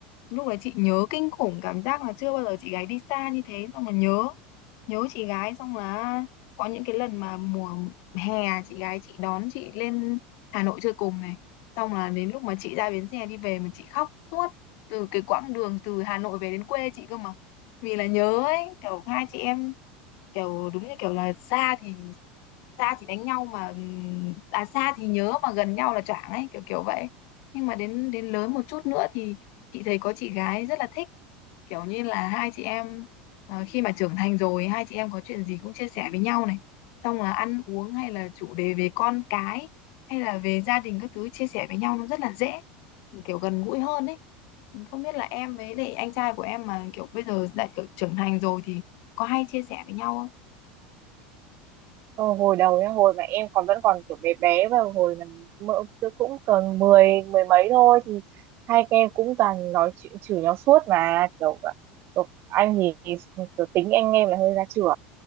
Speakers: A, on the left; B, on the right.
A: lúc đấy chị nhớ kinh khủng cảm giác là chưa bao giờ chị gái đi xa như thế xong là nhớ nhớ chị gái xong là có những cái lần mà mùa hè chị gái chị đón chị lên Hà Nội chơi cùng này xong là đến lúc mà chị ra bến xe đi về mà chị khóc suốt từ cái quãng đường từ Hà Nội về đến quê chị cơ mà vì là nhớ ấy kiểu hai chị em kiểu đúng như kiểu là xa thì xa thì đánh nhau mà ừ, à xa thì nhớ mà gần nhau là choảng ấy kiểu kiểu vậy nhưng mà đến đến lớn một chút nữa thì chị thấy có chị gái rất là thích kiểu như là hai chị em ờ, khi mà trưởng thành rồi hai chị em có chuyện gì cũng chia sẻ với nhau này xong là ăn uống hay là chủ đề về con cái hay là về gia đình các thứ chia sẻ với nhau nó rất là dễ kiểu gần gũi hơn ấy không biết là em với lại anh trai của em mà kiểu bây giờ đã kiểu trưởng thành rồi thì có hay chia sẻ với nhau không
B: Ờ, hồi đầu nhá, hồi mà em còn vẫn còn kiểu bé bé và hồi mà mỡ cũng còn mười mười mấy thôi thì hai các em cũng toàn nói chuyện chửi nhau suốt mà kiểu, kiểu anh thì kiểu tính anh em là hơi ra trưởng